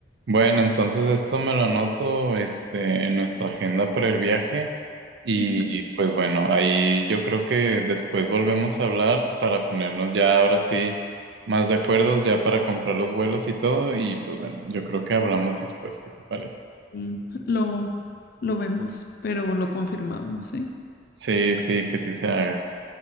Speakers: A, on the right; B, on the left.
A: Bueno, entonces esto me lo anoto, este, en nuestra agenda para el viaje y
B: <laughs>
A: pues bueno, ahí yo creo que después volvemos a hablar para ponernos ya ahora sí más de acuerdos ya para comprar los vuelos y todo y pues bueno, yo creo que hablamos después, ¿qué te parece?
B: Sí, Lo, lo vemos, pero lo confirmamos, ¿eh?
A: Sí, sí, que sí se haga.